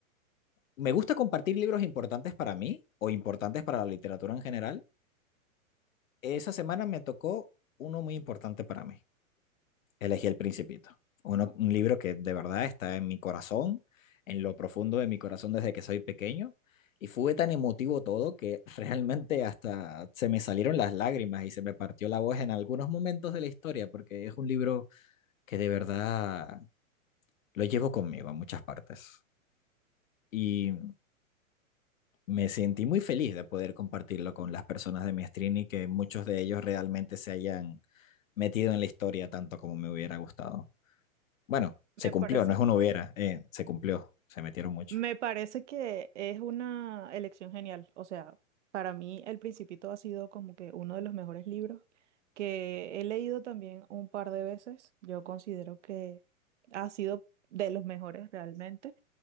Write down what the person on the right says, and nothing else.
Me
parece,
me parece que es una elección genial. O sea, para mí El Principito ha sido como que uno de los mejores libros que he leído también un par de veces. Yo considero que ha sido de los mejores realmente.